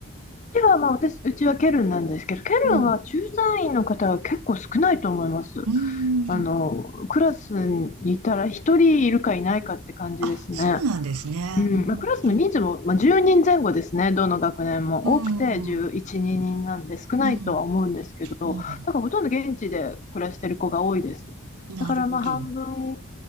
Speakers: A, on the left (about 35°); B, on the right (about 85°).
A: ちはまあ、私、うちはケルンなんですけど、ケルンは駐在員の方は結構少ないと思います。
B: うん。うーん。
A: あの、クラスにいたら一人いるかいないかって感じですね。
B: あ、そうなんですね。
A: うん、
B: うん。
A: まあ、クラスの人数も、まあ、10人前後ですね、どの学年も。
B: うん。
A: 多くて11、人なんで少ないとは思うんですけど、
B: うん。うん。
A: だからほとんど現地で暮らしてる子が多いです。
B: なるほど。
A: だからまあ半分